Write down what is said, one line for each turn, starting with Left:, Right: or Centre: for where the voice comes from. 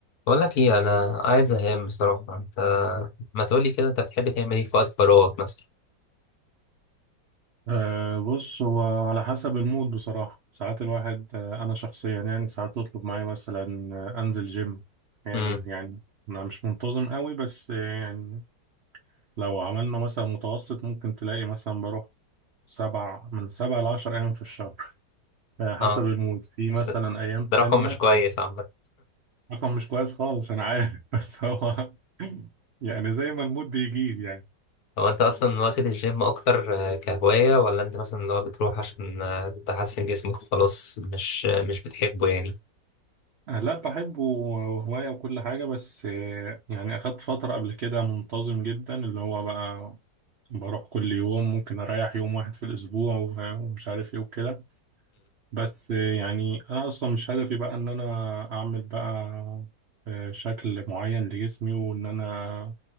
Left: بقول لك ايه انا قاعد زهقان بصراحه انت ما تقولي كده انت بتحب تعمل ايه في وقت فراغك مثلا
Right: أه بص هو على حسب المود بصراحة ساعات الواحد أه أنا شخصيا يعني ساعات تطلب معايا مثلا آه، أنزل جيم أحيانا
Left: امم
Right: يعني, يعني أنا مش منتظم قوي بس آه، يعني لو عملنا مثلا متوسط ممكن تلاقي مثلا بروح سبع من سبع لعشر أيام في الشهر أه حسب
Left: اه
Right: المود في مثلا
Left: بس
Right: أيام
Left: بس ده
Right: تانية
Left: رقم مش كويس عامه
Right: رقم مش كويس خالص أنا عارف <laughs> بس هو <laughs> يعني زي ما المود بيجيب يعني
Left: هو انت اصلا واخد الجيم اكتر آه، كهوايه ولا انت مثلا اللي هو بتروح عشان آه، تحسن جسمك وخلاص مش آه، مش بتحبه يعني
Right: آه، لا بحبه وهواية وكل حاجة بس آه، يعني أخدت فترة قبل كده منتظم جدا اللي هو بقى بروح كل يوم ممكن أريح يوم واحد في الأسبوع و- ومش عارف إيه وكده بس آه، يعني أنا أصلا مش هدفي بقى إن أنا أعمل بقى آه، شكل معين لجسمي وإن أنا